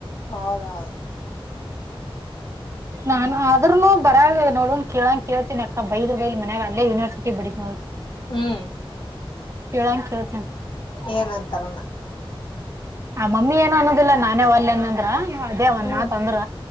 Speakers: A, on the left; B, on the right.
A: ಹೌದಾ
B: ನಾನ್ ಆದ್ರನು ಬರಗ ನೋಡು ಕೇಳಂಕ್ ಕೇಳತಿನ ಅಕ್ಕ ಬೈದ್ರ ಬೈಲಿ ಮನೆಗೆ ಅಲ್ಲೆ ಯೂನಿವರ್ಸಿಟಿಗ ಬಡಿತೀನಿ ನೋಗಿ.
A: ಹ್ಮ್
B: ಕೇಳಂ ಕೇಳ್
A: ಏನಂತಾನಮ್ಮ
B: ಆ ಮಮ್ಮಿ ಏನು ಅನ್ನೋದಿಲ್ಲಾ ನಾನೇ ಒಲ್ಲನಂದ್ರ ಅದೇ ವಂದ
A: ಹ್ಮ್
B: ಮಾತ್ ಅಂದ್ರ